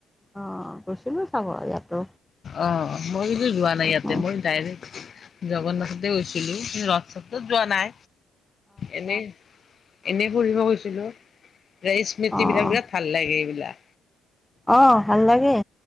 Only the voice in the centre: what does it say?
অ গুচিলো চাব ইয়াতো
অ',
অ',
অ ভাল লাগে